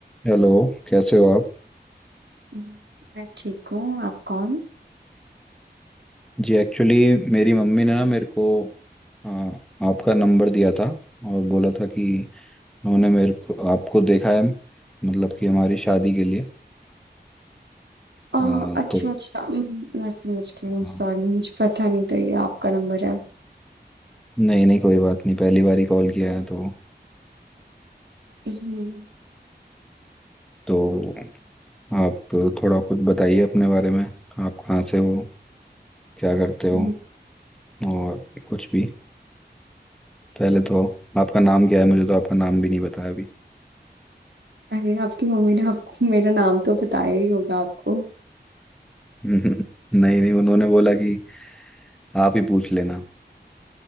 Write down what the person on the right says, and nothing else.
हम्म, मैं ठीक हूँ आप कौन
आ,
अच्छा
अच्छा हम्म, मैं समझ गई
सॉरी मुझे पता नहीं था ये आपका नंबर है
हम्म,
हम्म,
अरे आपकी मम्मी ने आपको मेरा नाम तो बताया ही होगा आपको